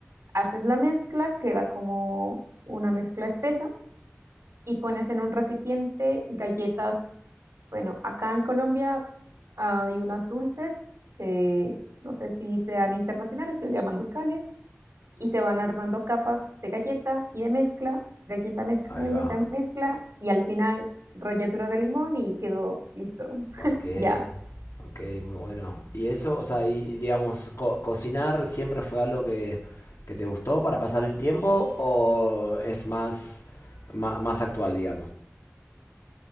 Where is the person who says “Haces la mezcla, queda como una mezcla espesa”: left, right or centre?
Right